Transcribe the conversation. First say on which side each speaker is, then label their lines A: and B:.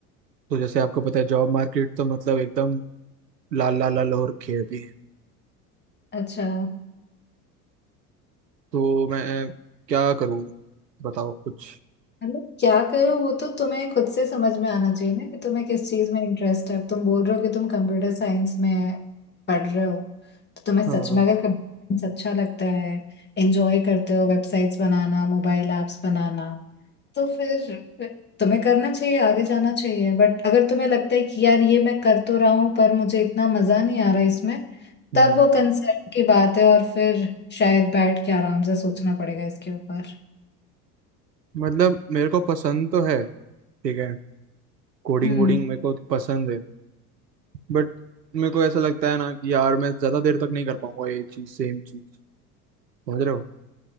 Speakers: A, on the right (about 90°); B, on the left (about 20°).
A: तो जैसे आपको पता है जॉब मार्केट तो मतलब एकदम लाल लाल लाल हो रखी है अभी
B: अच्छा
A: तो मैं क्या करूँ बताओ कुछ
B: मतलब क्या करो वो तो तुम्हें खुद से समझ में आना चाहिए ना कि तुम्हें किस चीज में इंटरेस्ट है अब तुम बोल रहे हो कि तुम कंप्यूटर साइंस में पढ़ रहे हो तो तुम्हें
A: हाँ
B: सच में अगर कंप्यूटर साइंस अच्छा लगता है एंजॉय करते हो वेबसाइट्स बनाना मोबाइल ऐप्स बनाना तो फिर तुम्हें करना चाहिए आगे जाना चाहिए बट अगर तुम्हें लगता है कि यार ये मैं कर तो रहा हूं पर मुझे इतना मजा नहीं आ रहा इसमें
A: हम्म
B: तब वो कंसर्न की बात है और फिर शायद बैठ के आराम से सोचना पड़ेगा इसके ऊपर
A: मतलब मेरे को पसंद तो है ठीक है कोडिंग
B: हम्म
A: वोडिंग मेरे को पसंद है बट मेरे को ऐसा लगता है ना कि यार मैं ज्यादा देर तक नहीं कर पाऊंगा ये चीज सेम चीज समझ रहे हो